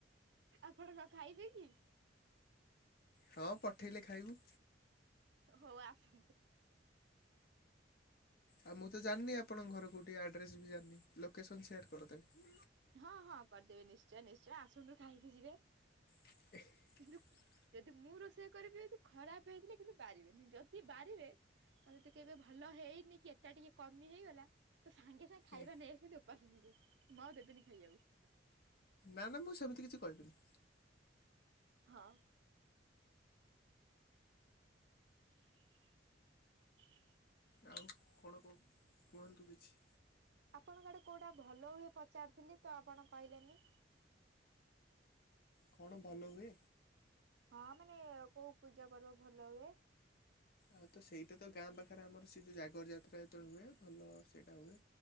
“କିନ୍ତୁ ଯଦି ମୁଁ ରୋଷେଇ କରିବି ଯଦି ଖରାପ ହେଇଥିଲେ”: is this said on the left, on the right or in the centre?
Right